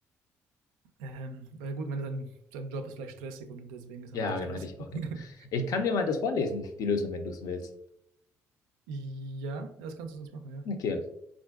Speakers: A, on the right (about 85°); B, on the left (about 65°).
A: Ähm, weil gut, wenn sein, sein Job ist vielleicht stressig und deswegen ist
B: Ja,
A: er unter Stress.
B: genau, hätte ich
A: <laughs>
B: auch gedacht. Ich kann dir mal das vorlesen, die Lösung, wenn du es willst.
A: ja, das kannst du sonst machen, ja.
B: Okay.